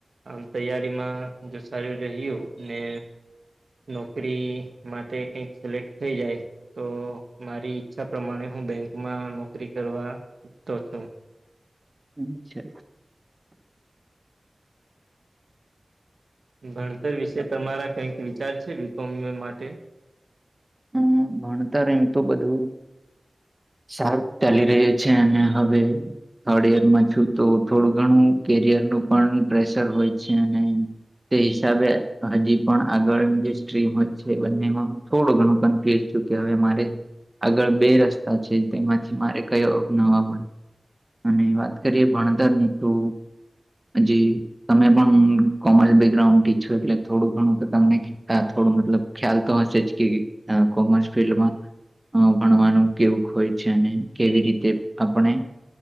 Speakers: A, on the right; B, on the right.
A: આમ તૈયારીમાં જો સારું રહ્યું ને નોકરી માટે કઈક સિલેક્ટ થઈ જાય. તો મારી ઈચ્છા પ્રમાણે હું બેંકમાં નોકરી કરવા ઈચ્છતો છું.
B: હમ છે.
A: ભણતર વિશે તમારા કઈક વિચાર છે બી કોમ માટે?
B: હમ ભણતર એમ તો બધું સારૂ જ ચાલી રહી છે એને હ થર્ડ યરમાં છું તો થોડું ઘણું કેરિયરનું પણ પ્રેશર હોય છે અને. તે હિસાબે હજી પણ આગળની જે સ્ટ્રીમ હો છે બંનેમાં થોડું ઘણું કે હવે મારે આગળ બે રસ્તા છે તેમાંથી મારે કયો અપનાવવા પડે. અને વાત કરીએ ભણતરની તો હજી તમે પણ કોમર્સ બેકગ્રાઉન્ડ ટી છો એટલે થોડું ઘણું તો તમને ત થોડું મતલબ ખ્યાલ તો હશે જ કે કોમર્સ ફિલ્ડમાં અ ભણવાનું કેવું હોય છે અને કેવી રીતે આપણે